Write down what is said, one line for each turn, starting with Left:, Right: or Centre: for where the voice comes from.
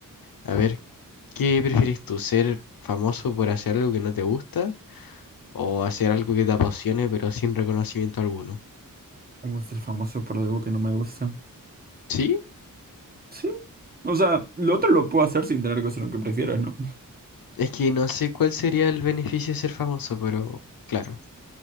Left: A ver, ¿qué prefieres tú? ¿Ser famoso por hacer algo que no te gusta o hacer algo que te apasione pero sin reconocimiento alguno?
Right: Tengo ser famoso por algo que no me gusta.
Left: ¿Sí?
Right: Sí. O sea, lo otro lo puedo hacer sin tener que hacer lo que prefieres, ¿no? <laughs>
Left: Es que no sé cuál sería el beneficio de ser famoso, pero claro.